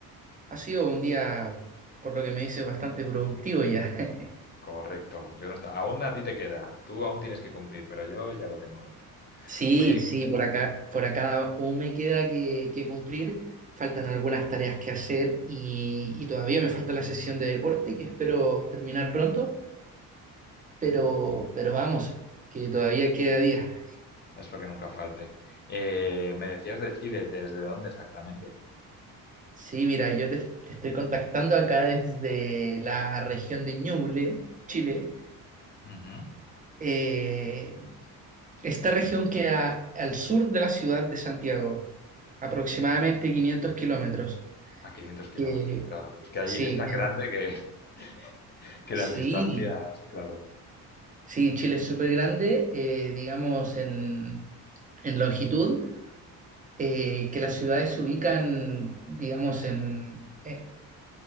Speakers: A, on the right (about 20°); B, on the left (about 25°).
A: Ha sido un día, por lo que me dices, bastante productivo ya. <laughs>
B: Correcto, yo no está. Aún a ti te queda, tú aún tienes que cumplir, pero yo ya lo tengo hecho.
A: Sí,
B: Oye,
A: sí, por acá, por acá aún me queda que, que cumplir. Faltan algunas tareas que hacer y, y todavía me falta la sesión de deporte que espero terminar pronto, pero, pero vamos, que todavía queda día.
B: es lo que nunca falte. Eh, me decías de Chile, ¿desde dónde exactamente?
A: Sí, mira, yo te, te estoy contactando acá desde la región de Ñuble, Chile.
B: Ujú.
A: Eh, Esta región queda al sur de la ciudad de Santiago, aproximadamente 500 kilómetros.
B: A 500 kilómetros,
A: Que-
B: claro. Es que allí
A: sí,
B: es tan
A: que-
B: grande que, <laughs> que
A: sí,
B: las distancias, claro.
A: sí, Chile es súper grande, eh, digamos, en, en longitud, eh, que las ciudades se ubican, digamos, en, eh,